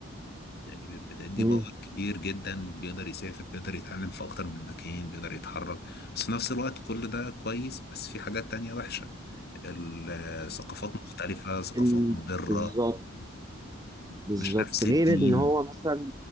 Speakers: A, on the left; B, on the right.
A: يعني بتدي
B: مم.
A: باور كبير جدا بيقدر يسافر بيقدر يتعلم في أكتر من مكان بيقدر يتحرك بس في نفس الوقت كل ده كويس بس في حاجات تانية وحشة الثقافات مختلفة ثقافات
B: ال-
A: مضرة
B: بالظبط بالظبط
A: مش نفس
B: غير
A: الدين
B: ان هو مثلا